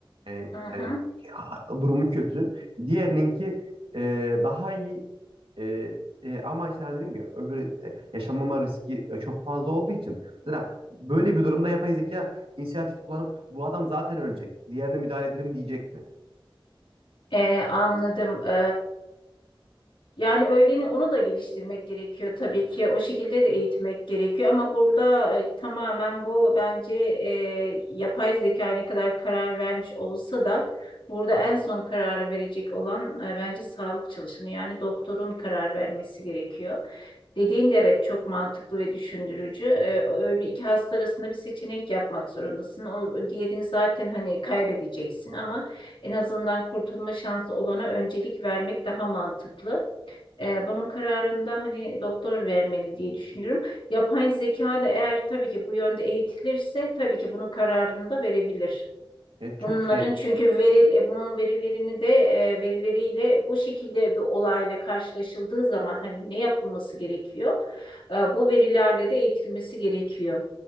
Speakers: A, on the right; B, on the left.
A: Yani,
B: Hı
A: yani
B: hı.
A: durumu kötü. Diğerininki e, daha iyi E, e, ama işte hani dedim ki öbür e, yaşamama riski e, çok fazla olduğu için mesela böyle bir durumda yapay zeka inisiyatif kullanıp bu adam zaten ölecek. Diğerine müdahale edelim diyecek mi?
B: Ee, anladım. E, Yani öğleni onu da geliştirmek gerekiyor tabii ki. O şekilde de eğitmek gerekiyor ama burada e, tamamen bu bence e, yapay zeka ne kadar karar vermiş olsa da burada en son karar verecek olan e, bence sağlık çalışanı yani doktorun karar vermesi gerekiyor. Dediğin de evet çok mantıklı ve düşündürücü. E, öyle iki hasta arasında bir seçenek yapmak zorundasın. O diğerini zaten hani kaybedeceksin ama en azından kurtulma şansı olana öncelik vermek daha mantıklı. E, bunun kararında hani doktor vermeli diye düşünüyorum. Yapay zeka da eğer tabii ki bu yönde eğitilirse tabii ki bunun kararını da verebilir.
A: Evet çok
B: Bunların
A: şey
B: çünkü veri, e, bunun verilerini de e, verileriyle bu şekilde bir olayla karşılaşıldığı zaman hani ne yapılması gerekiyor? E, bu verilerle de eğitilmesi gerekiyor.